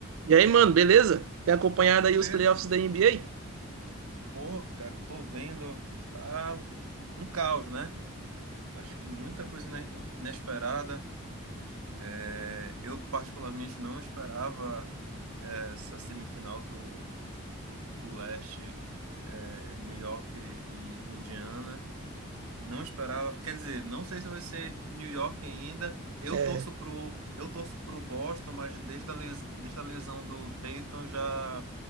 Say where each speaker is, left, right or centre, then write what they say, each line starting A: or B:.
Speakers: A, on the right; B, on the right.
A: E aí, mano, beleza? Tem acompanhado
B: Beleza.
A: aí os playoffs da NBA?
B: Porra, cara, eu tô vendo. Tá um caos, né? Acho que muita coisa ina- inesperada. É, eu, particularmente, não esperava é, essa semifinal do, do leste, é, New York e Indiana. Não esperava. Quer dizer, não sei se vai ser New York ainda. Eu
A: É,
B: torço pro, eu torço pro Boston, mas desde a, les, desde a lesão do Tatum eu já,